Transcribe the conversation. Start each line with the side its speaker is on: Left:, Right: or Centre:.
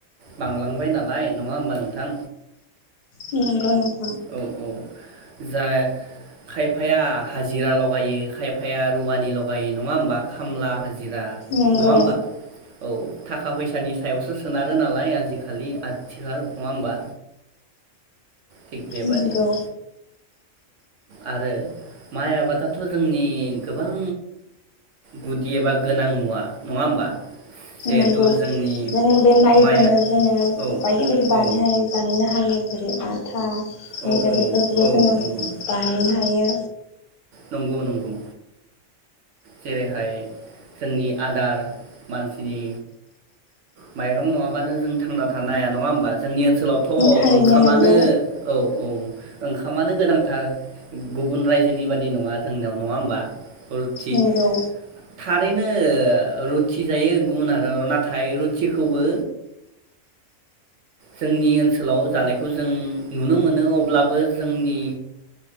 Right: बांलांबाय नालाय नङा होमबा नोंथां
Left: नंगौ नोंथां
Right: औ औ जा खायफाया हाजिरा लगायो खायफाया रुवानि लगायो नङा होमबा खामला जिरा
Left: नंगौ
Right: नंङा होमबला औ थाखा फैसानि सायावसो सोनारो नालाय आजिखालि आथिखाल नङा होमबा थिग बेबादिनो
Left: नंगौ
Right: आरो माइ आबादाथ' जोंनि गोबां गुदि एबा गोनां मुवा नङा होमबा जिहेथु
Left: नंगौ
Right: जोंनि
Left: जोङो बे माइजोंनो
Right: माइआ
Left: जोङो
Right: औ
Left: बायदि बायदि बानाय
Right: औ
Left: बानायनो हायो जेरै आथा मै
Right: औ
Left: दा
Right: औ
Left: बेफोरखौबो
Right: औ
Left: जोङो
Right: नंगौ
Left: बानायनो हायो
Right: नंगौ नंगौ जेरैहाय जोंनि आदार मानसिनि माइरं नङाबानो जों थांना थानो हाया नङा होमबा जोंनि ओनसोल ओनसोलावथ'
Left: थारैनो
Right: ओंखामानो
Left: नंगौ
Right: औ औ ओंखामानो गोनांथार गुबुन रायजोनि बादि नङा जोंनियाव नङा होमबा हलखि
Left: नंगौ
Right: थारैनो रुथि जायो गुबुन हादोराव नाथाय रुथिखौबो जोंनि ओनसोलाव जानायखौ जों नुनो मोनो अब्लाबो जोंनि